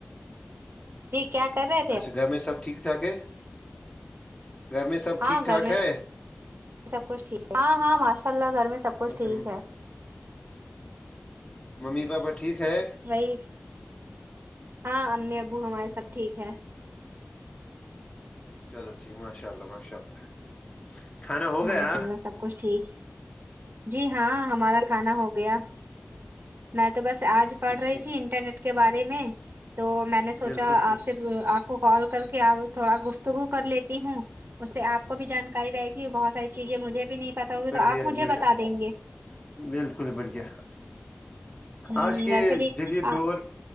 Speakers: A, on the right; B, on the left.
A: جی کیا کر رہے ہیں
B: اچھا گھر میں سب ٹھیک ٹھاک ہے گھر میں سب
A: ہاں
B: ٹھیک ٹھاک
A: گھر میں
B: ہے
A: سب کچھ ٹھیک ہاں ہاں ماشاء اللہ گھر میں سب کچھ
B: اچھا
A: ٹھیک
B: م-
A: ہے <inaudible>
B: ممی پاپا ٹھیک ہے
A: وہی ہاں امی ابو ہمارے سب ٹھیک ہے
B: چلو ٹھیک ماشاء اللہ ماشاء اللہ کھانا ہو
A: ماشاء
B: گیا
A: اللہ سب کچھ ٹھیک جی ہاں ہمارا کھانا ہو گیا میں تو بس آج پڑھ
B: ٹھیک
A: رہی
B: ٹھیک
A: تھی انٹرنیٹ کے بارے میں تو میں نے سوچا
B: بالکل صحیح
A: آپ سے آپ کو کال کر کے آپ تھوڑا گفتگو کر لیتے تی ہوں اس سے آ کو بھی جان ج بہت ساری چیزیں مجھے بھی نہیں پتتا ہوگی
B: بڑھیا
A: تو آپ مجھے
B: بڑھیا
A: بتا دیں گے
B: بالکل بڑھیا
A: ہ
B: آج کے
A: ویسے بھی
B: جدید
A: ہ
B: دور